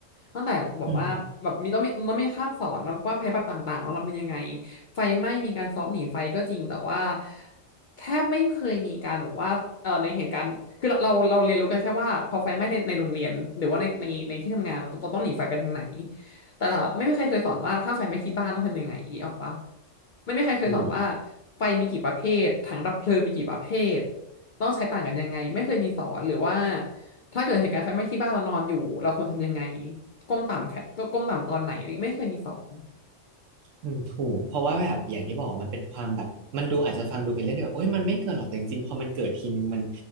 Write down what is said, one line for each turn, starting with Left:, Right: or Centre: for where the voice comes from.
Left: ตั้งแต่บอกว่าแบบมีต้องมีต้องมีคาบสอนนะว่าภัยพิบัติต่างๆเรารับมือยังไง
Right: อืม
Left: ไฟไหม้มีการซ้อมหนีไฟก็จริงแต่ว่าแทบไม่เคยมีการแบบว่าเอ่อในเหตุการณ์คือเราเราเราเรียนรู้กันแค่ว่าพอไฟไหม้ในในโรงเรียนหรือว่าในในในที่ทำงานเราเราต้องหนีไฟไปทางไหน แต่ละไม่มีใครเคยสอนว่าถ้าไฟไหม้ที่บ้านต้องทำยังไงอีออกปะไม่มีใครเคยสอนว่า
Right: ถูก
Left: ไฟมีกี่ประเภทถังดับเพลิงมีกี่ประเภทต้องใช้ต่างกันยังไงไม่เคยมีสอนหรือว่าถ้าเกิดเหตุการณ์ไฟไหม้ที่บ้านเรานอนอยู่เราควรทำยังไงก้มต่ำแค่ก้มต่ำตอนไหนอะไรไม่เคยมีสอน
Right: อืมถูกเพราะว่าแบบอย่างที่บอกมันเป็นความแบบมันดูอาจจะฟังดูเป็นเรื่องที่แบบโอ๊ยมันไม่เกิดหรอกแต่จริงๆพอมันเกิดทีนึงมัน